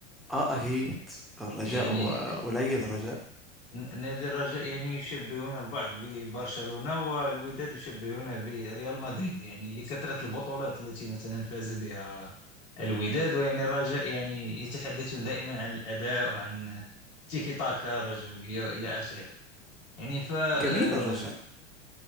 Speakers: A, in the centre; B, on the left.
A: اه اهيت الرجاء
B: يعني
A: و- قليل الرجاء
B: نادي الرجاء يعني يشبهون البعض ببرشلونة والوداد يشبهونه بريال مدريد يعني لكثرة البطولات التي مثلا فاز بها الوداد ويعني الرجاء يعني يتحدثون دائما عن الأداء وعن تيكي تاكا رجوية وإلى آخره يعني ف آه،
A: جميل الرجاء